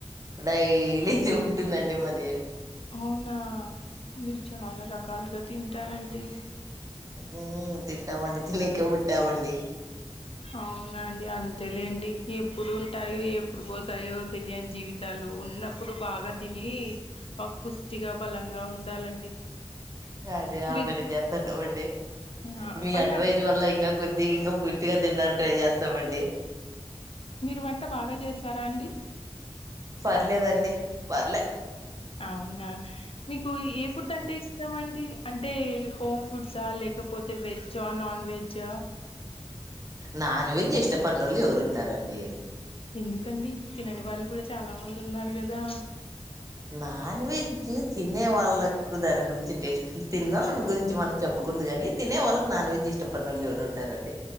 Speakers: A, on the right; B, on the left.
A: డైలీ ఉంటుంది. అండి మది
B: అవునా మీరు చాలా రకాలుగా తింటారండి.
A: ఉ తింటామండి తిననీకే పుట్టమండి.
B: అవునా అండి అంతేలేండి ఎప్పుడు ఉంటాయో ఎప్పుడు పోతాయో తెలియని జీవితాలు ఉన్నప్పుడు బాగా బాగా తిని పుష్టిగా బలంగా ఉండాలండి
A: కదా
B: మీ
A: బలే చెప్తన్నావ్ అండి
B: ఆ
A: మీ
B: వంట
A: అడ్వైజ్ వల్ల ఇంకా కొద్దిగా ఇంకా పూష్టి గా తినడానికి ట్రై చేస్తామండి
B: మీరు వంట బాగా చేస్తారా అండి
A: పర్లేదండి పర్లే
B: అవునా మీకు ఏ ఫుడ్ అంటే ఇష్టం అండి అంటే హోమ్ ఫుడ్సా లేకపోతే వెజ్ ఆ నాన్ వెజ్ ఆ
A: నాన్ వెజ్ ఇష్టపడనోళ్ళు ఎవరు ఉంటారండి
B: ఎందుకండి తినని వాళ్ళు కూడా చాలా మంది ఉన్నారు కదా
A: నాన్ వెజ్ తినే వాళ్ళకు దాని గురించి టేస్ట్ తిన్నోళ్ళు గురించి మనం చెప్పు కుడదు కాని తినే వాళ్ళకి నాన్ వెజ్ ఇష్టడనీ వాళ్ళు ఎవరు ఉంటారండి